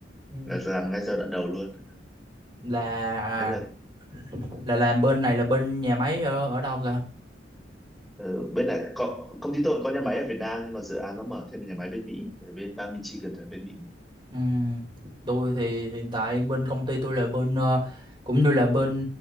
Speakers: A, on the right; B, in the centre.
A: Ừ.
B: là làm ngay giai đoạn đầu luôn
A: là
B: thế là
A: à, là làm bên này là bên nhà máy ở ở đâu ta
B: ờ, bên này có, công ty tôi cũng có nhà máy ở Việt Nam nhưng mà dự án nó mở thêm một nhà máy bên Mỹ ở bên bang Michigan ở bên Mỹ
A: Ừ, tôi thì hiện tại bên công ty tôi là bên ờ, cũng như là bên